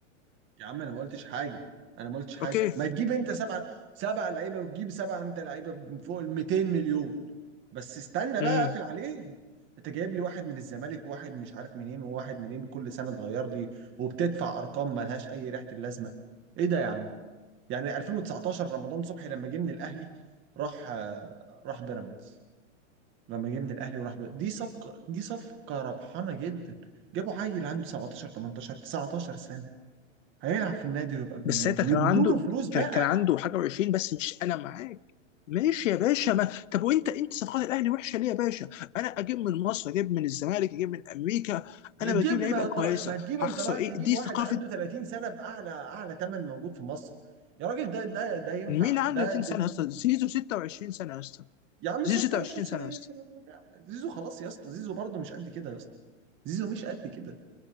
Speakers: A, on the right; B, on the left.
A: يا عم انا ما قلتش حاجه انا ما قلتش حاجه
B: أوكي
A: ما تجيب انت سبعه سبعه لعيبه وتجيب سبعه انت لعيبه فوق ال 200 مليون بس استنى
B: امم
A: بقى اقفل عليهم انت جايب لي واحد من الزمالك وواحد مش عارف منين وواحد منين كل سنه تغير لي وبتدفع ارقام ملهاش اي ريحه اللازمه ايه ده يا عم يعني 2019 رمضان صبحي لما جه من الاهلي راح آه، راح بيراميدز لما جه من الاهلي وراح بيراميدز. دي صفقه دي صفقه ربحانه جدا جابوا عيل عنده 17 18 19 سنه هيلعب في النادي ويبقى ابن
B: بس
A: النادي
B: ساعتها كان
A: وادوا
B: عنده
A: له فلوس بقى
B: كان كان عنده حاجه و20 بس مش انا معاك ماشي يا باشا ما طب وانت انت صفقات الاهلي وحشه ليه يا باشا؟ انا اجيب من مصر اجيب من الزمالك اجيب من امريكا
A: ما
B: انا
A: تجيب
B: بجيب
A: ما
B: لعيبه
A: اطرح
B: كويسه
A: ما تجيب انت
B: هخسر
A: رايح
B: ايه؟
A: تجيب
B: دي
A: واحد
B: ثقافه
A: عنده 30 سنة بأعلى أعلى ثمن موجود في مصر يا راجل ده ده ده ينفع
B: مين عنده
A: ده
B: 30
A: ده
B: سنه
A: دي
B: يا اسطى؟ زيزو 26 سنه يا اسطى
A: يا عم 26
B: زيزو 26
A: سنة
B: سنه
A: ايه
B: يا اسطى
A: يا سلام يا عم. زيزو خلاص يا اسطى زيزو برضه مش قد كده يا اسطى زيزو مش قد كده